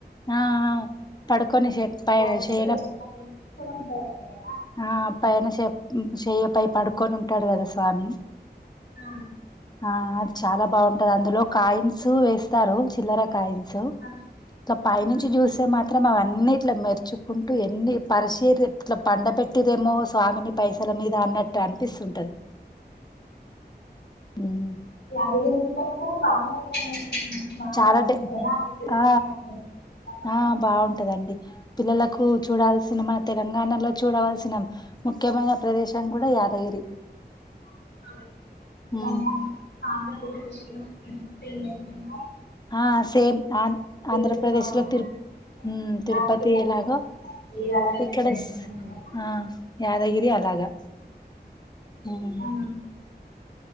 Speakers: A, on the left (about 25°); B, on the left (about 80°).
A: ఆ ఆ పడుకొని
B: వాటర్
A: చేయన
B: కూడా చాలా నీట్గా ఉంటాడంట కదా
A: ఆ పైన చె చెయ్య ప పడుకొని ఉంటాడు కదా స్వామి
B: ఆ
A: ఆ చాలా బాగుంటది అందులో కాయిన్స్ వేస్తారు చిల్లర కాయి న్స్
B: ఆ,
A: ఇలా పై
B: ఆ.
A: నుంచి చూస్తే మాత్రం త్రం అన్ని ఇట్ల మెరుచుకుంటూ ఎన్ని పరిశీర పండ పెట్టిర్రు ఏమో స్వామిని పైసల మీద అన్నట్టు అనిపిస్తుంటది ఉమ్
B: యాదగిరి గుట్ట మీద బానే బానే
A: చాలా
B: ఉంది
A: డే
B: కదా అది విధాన
A: ఆ
B: యాత్ర చాలా బాగా.
A: ఆ బాగుంటదండి పిల్లలకు చూడాల్సిన మన తెలంగాణలో చూడవల్సిన ముఖ్యమైన ప్రదేశం కూడా యాదగిరి
B: ఆ, తెలంగాణ
A: ఉమ్.
B: ఆంధ్రప్రదేశ్లో <unintelligible>
A: ఆ సేమ్ ఆం ఆంధ్రప్రదేశ్
B: గుట్ట అలా
A: లో తిరు
B: అంటే
A: ఉమ్ తిరుపతి
B: దానికి సమాధి
A: ఎలాగో
B: చేయాలని
A: ఇక్కడ
B: చేశారు కదా
A: ఆ యాదగిరి అలాగా ఉమ్
B: ఆ,